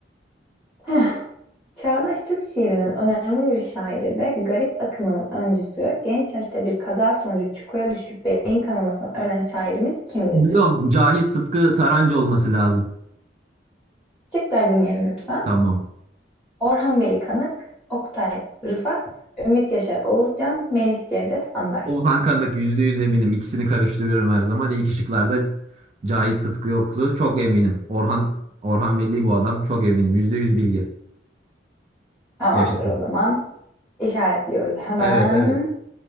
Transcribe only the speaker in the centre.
<laughs> <sighs> Çağdaş Türk şiirinin önemli bir şairi ve garip akımının öncüsü, genç yaşta bir kaza sonucu çukura düşüp beyin kanamasından ölen şairimiz kimdir?
Şıkları dinleyelim lütfen.
Orhan Veli Kanık, Oktay Rıfat, Ümit Yaşar Oğuzcan, Melih Cevdet Anday.
Tamamdır
o zaman. İşaretliyoruz hemen.